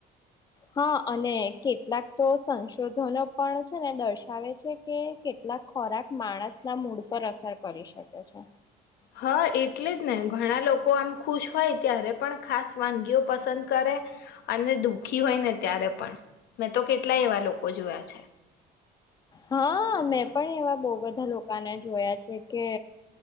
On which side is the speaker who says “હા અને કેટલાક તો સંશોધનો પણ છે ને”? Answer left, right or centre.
Left